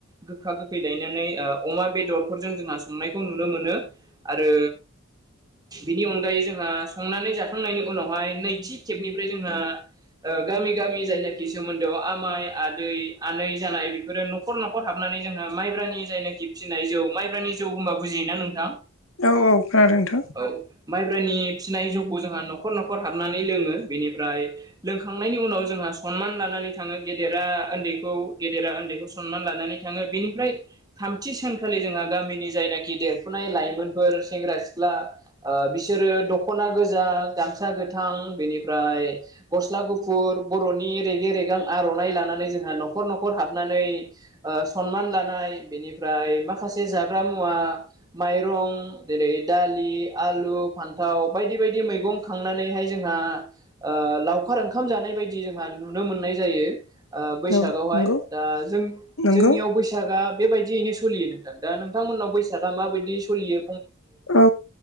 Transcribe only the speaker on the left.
औ औ खोनादों नोंथां
औ नंगौ
नंगौ
औ